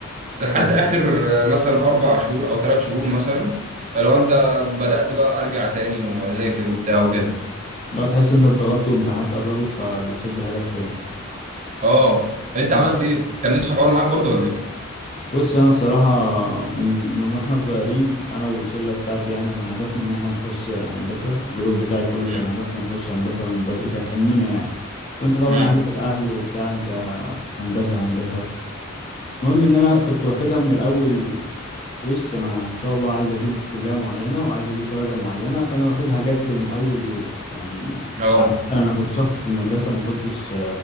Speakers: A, on the left; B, on the right.
A: اتفضل
B: لحد اخر آه، مثلا اربع شهور او ثلاث شهور مثلا لو انت بدأت بقى ارجع تاني واذاكر وبتاع وكده
A: لو تحس انت اتضغطت وامتحانات قربت فبتشدها لك تاني
B: اه انت
A: انت
B: عملت
A: أص-
B: ايه؟ كان نفس الحوار معاك برضو ولا ايه؟
A: بص انا الصراحه من من واحنا صغيرين انا والشله بتاعتي يعني كان هدفنا ان احنا نخش هندسه الجروب بتاعي كله
B: مم.
A: كان هدفنا نخش هندسه من بدري كان حلمنا يعني وانت طبعا
B: مم.
A: عارف الاهل وبتاع انت هندسه هندسه المهم ان انا كنت واخدها من الاول وش انا ان شاء الله عايز اجيب كليه معينه وعايز اجيب درجه معينه فانا واخدها جد من اول يوم يعني
B: اه
A: عامة انا كنت شخص في المدرسه ما كنتش